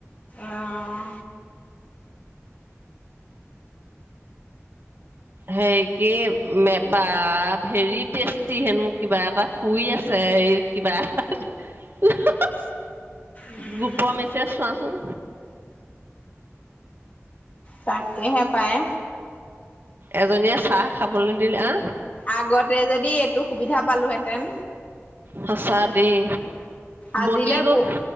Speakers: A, on the left (about 30°); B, on the right (about 45°).
A: আহ
B: হে কি মে- বা- ভেৰি টেষ্টি হেনো মোৰ কিবা এটা শুই আছে, এই কিবা । হাঁ- হাঁ- হাঁ-।
A: উম
B: গ্ৰুপৰ মেছেজ চোৱাচোন।
A: তাকেহে পায়।
B: এজনীয়ে চাহ খাবলৈ দিলে আ
A: আগতে যদি এইটো সুবিধা পালোহেঁতেন
B: সঁচা দেই।
A: আজিলে
B: বনি গ'ল
A: ব-